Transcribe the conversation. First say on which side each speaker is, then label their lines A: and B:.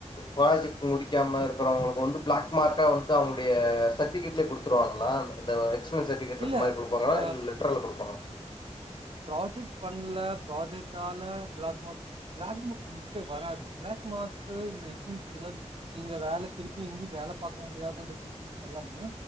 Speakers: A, on the left (about 40°); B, on the right (about 45°).
A: பிராக்ஜெட் முடிக்காம இருக்கிறவங்களுக்கு வந்து பிளாக் மார்க்க வந்து அவங்களுடைய சர்ட்டிபிகேட் இதுலே குடுத்துருவாங்களா இந்த எக்ஸ்பீரியன்ஸ் சட்விகேட்‌லக்கமாரி
B: இல்ல
A: குடுப்பாங்களா
B: ஆ
A: இல்ல லெட்டர்ல குடுப்பாங்களா
B: ப்ராஜெக்ட் பண்ல ப்ராஜெக்டாலல பிளாக் மார்க் பிளாக் மார்க் லிஸ்ட்டே வராது பிளாக் மார்க்கு இல்ல இஷ்ஷுஸ் எதாது நீங்க வேல திருப்பி எங்கியு வேல பாக்க முடியாதுன்ற <unintelligible> எல்லாமே